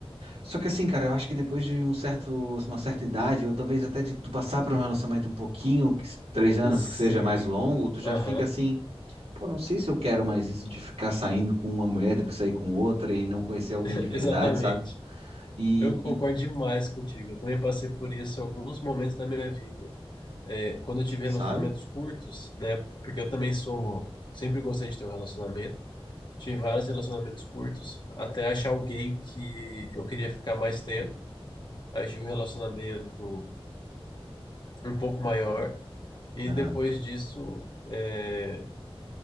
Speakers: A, on the right; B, on the left.
A: Só que assim, cara, eu acho que depois de um certo, uma certa idade, ou talvez até de tu passar por um relacionamento um pouquinho, que se- três anos
B: Sim.
A: que seja mais longo, tu já
B: Aham.
A: fica assim, pô, não sei se eu quero mais isso de ficar saindo com uma mulher, depois sair com outra e não conhecer alguém
B: <laughs>
A: de verdade,
B: Exatamente.
A: sabe? E,
B: Eu concordo
A: e
B: demais contigo. Eu também passei por isso em alguns momentos da minha vida. É, quando eu tive
A: sabe?
B: relacionamentos curtos, né? Porque eu também sou. Sempre gostei de ter um relacionamento. Tive vários relacionamentos curtos, até achar alguém que eu queria ficar mais tempo. Aí eu tive um relacionamento um pouco maior, e
A: Aham,
B: depois disso, é,